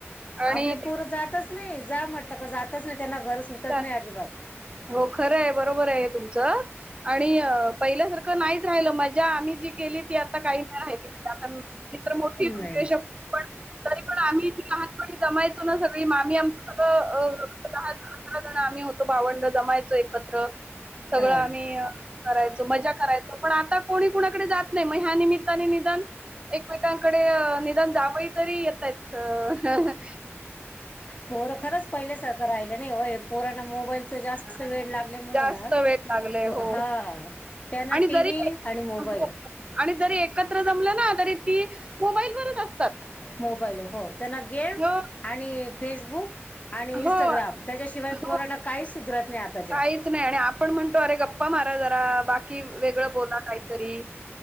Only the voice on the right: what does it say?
आणि
ते-
हो खरं आहे बरोबर आहे तुमचं, आणि पहिल्यासारखं नाहीच राहिलं माझ्या आम्ही जी केली ती आता काही नाही राहिली आता मी. मित्र मोठी
उद्याजक,
पण तरी पण आम्ही लहानपणी जमायचो. सून सगळी मामी आमची सगळं दहा जण आम्ही भावंड होतो. जमायचो एकत्र सगळं,
आम्ही करायचो मजा करायचो. पण आता कोणी कोणीचं कडे जात नाही, मग या निमित्ताने निधान. एकमेकांकडे निदान जावय तरी येतायत. स.
हां,
जास्त
वेळ लागलाय. हो.
आणि
जरी
हो आणि जरी एकत्र जमलं ना तरी ती, मोबाईल वरच असतात.
हो
हो
हो
काहीच नाही आणि आपण म्हणतो अरे गप्पा <unintelligible> बाकी वेगळं बोला काहीतरी